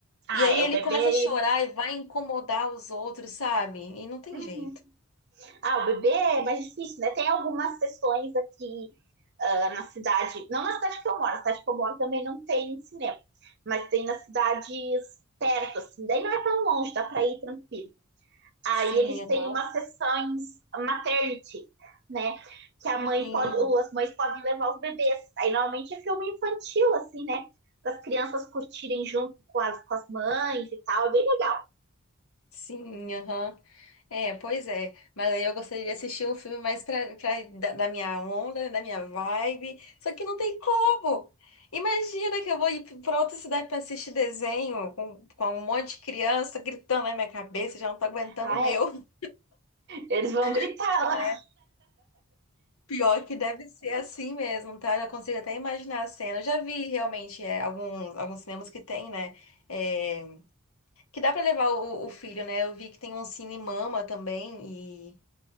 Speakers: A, on the right; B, on the left.
A: ah
B: E aí
A: é,
B: ele
A: o bebê
B: começa a chorar e vai incomodar os outros, sabe? E não tem
A: Uhum.
B: jeito.
A: Ah, o bebê é mais difícil, né? Tem algumas sessões aqui ah, na cidade, não na cidade que eu moro, na cidade que eu moro também não tem cinema, mas tem nas cidades perto, assim, daí não é tão longe, dá pra ir tranquilo. Aí
B: Sim,
A: eles
B: aham.
A: têm umas sessões maternity, né? Que a mãe
B: Sim,
A: pode, ou as mães podem levar os bebês. Aí normalmente é filme infantil, assim, né? Para as crianças curtirem junto com as, com as mães e tal, é bem legal.
B: sim, aham. É, pois é. Mas aí eu gostaria de assistir um filme mais pra, pra, da, da minha onda, da minha vibe. Só que não tem como. Imagina que eu vou ir pra outra cidade pra assistir desenho com, com um monte de criança gritando na minha cabeça, já não tô aguentando
A: Ah,
B: o meu.
A: é. Eles vão gritar
B: <laughs>
A: lá.
B: Pior que deve ser assim mesmo, tá? Eu já consigo até imaginar a cena. Eu já vi realmente é, alguns, alguns cinemas que tem, né? É, que dá pra levar o, o filho, né? Eu vi que tem um Cine Mama também e.